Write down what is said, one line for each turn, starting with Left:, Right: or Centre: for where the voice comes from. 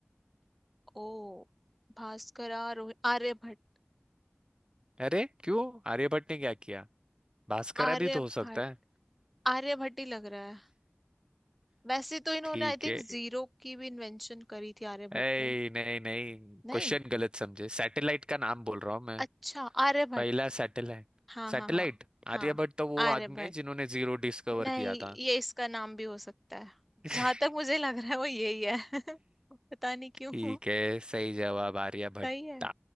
Centre: ओ भास्कर आर्य भट्ट
Right: अरे क्यों आर्यभट्ट ने क्या किया भास्करा
Centre: आर्य
Right: भी तो हो सकता
Centre: भट्ट
Right: है
Centre: आर्य भट्ट ही लग रहा वैसे तो इन्होंने
Right: ठीक
Centre: आई थिंक
Right: है
Centre: जीरो की भी इन्वेंशन करी थी आर्यभट्ट
Right: ऐ
Centre: ने
Right: नहीं नहीं
Centre: नहीं
Right: क्वेश्चन गलत समझे सैटेलाइट का नाम बोल रहा हूँ मैं
Centre: अच्छा आर्यभट्ट
Right: पहला सैटेलाइट
Centre: हाँ
Right: सैटेलाइट
Centre: हाँ हाँ हाँ
Right: आर्यभट्ट तो वो
Centre: आर्यभट्ट
Right: आदमी है जिन्होंने जीरो डिस्कवर
Centre: नहीं
Right: किया था
Centre: ये इसका नाम भी हो सकता है
Right: <laughs>
Centre: जहां तक मुझे लग रहा है वो यही है <laughs> पता नहीं क्यों
Right: ठीक है सही जवाब आर्यभट्टा
Centre: सही है